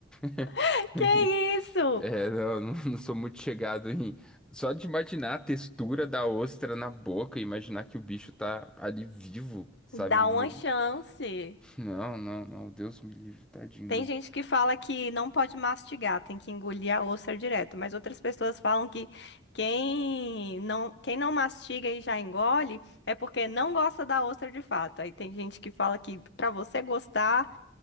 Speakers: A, in the centre; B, on the left (about 60°).
A: <laughs>
B: <laughs>
A: Com
B: Que
A: Isso.
B: isso?
A: É, não, não, não sou muito chegado em. Só de imaginar a textura da ostra na boca, imaginar que o bicho tá ali vivo, sabe?
B: Dá
A: Um molusco.
B: uma chance.
A: Não, não, não. Deus me livre, tadinho
B: Tem
A: do...
B: gente que fala que não pode mastigar, tem que engolir a ostra direto, mas outras pessoas falam que quem não, quem não mastiga e já engole é porque não gosta da ostra de fato. Aí tem gente que fala que para você gostar,